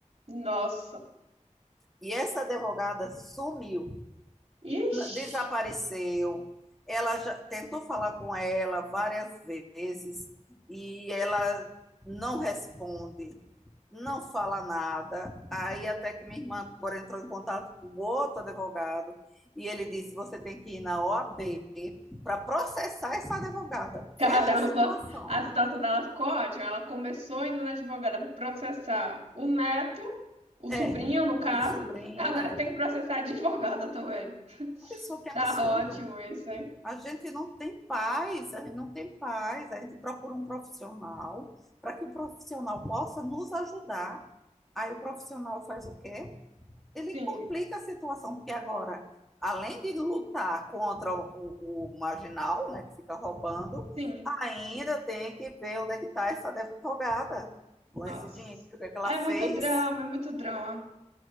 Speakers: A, on the right; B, in the centre.
A: Nossa.
B: E essa advogada sumiu.
A: Ixi.
B: desapareceu. Ela já tentou falar com ela várias vezes e ela não responde, não fala nada. Aí até que minha irmã agora entrou em contato com outro advogado e ele disse: você tem que ir na OAB para processar essa advogada.
A: Caramba.
B: Veja a situação.
A: A situação dela ficou ótima. Ela começou indo na advogada para processar o neto, o
B: É,
A: sobrinho, no caso.
B: o sobrinho
A: Agora
B: é.
A: tem que processar a advogada também. <laughs>
B: Pessoa que é
A: Tá
B: absurdo.
A: ótimo isso, hein?
B: A gente não tem paz, a gente não tem paz. A gente procura um profissional para que o profissional possa nos ajudar. Aí o profissional faz o quê? Ele
A: Sim,
B: complica a situação, porque agora, além de lutar contra o, o marginal, né, que fica roubando,
A: sim.
B: ainda tem que ver onde é que está essa advogada com
A: Nossa.
B: esse dinheiro, o que é que ela
A: É
B: fez.
A: muito drama, é muito drama.